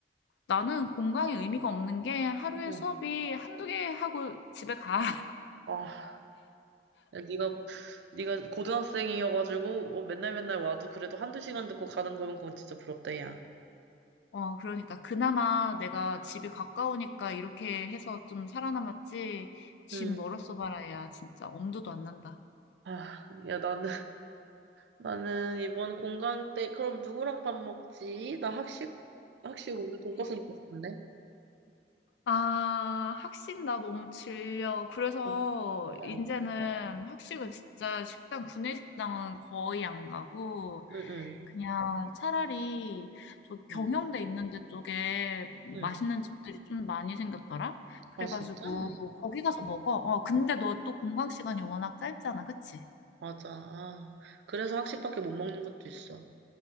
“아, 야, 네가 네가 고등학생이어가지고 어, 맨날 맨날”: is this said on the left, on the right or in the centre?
Right